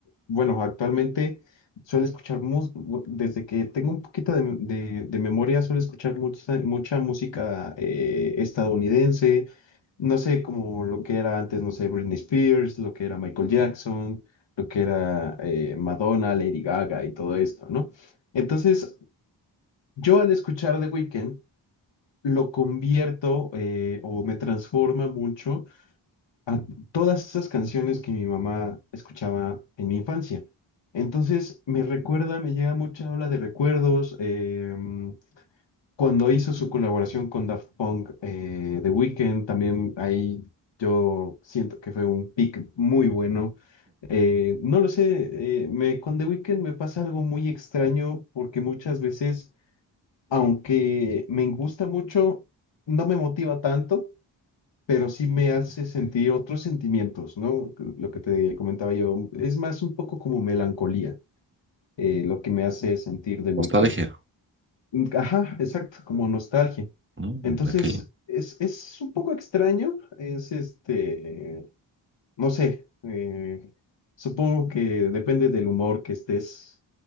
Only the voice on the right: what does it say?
Nostalgia.
Mm,
ok.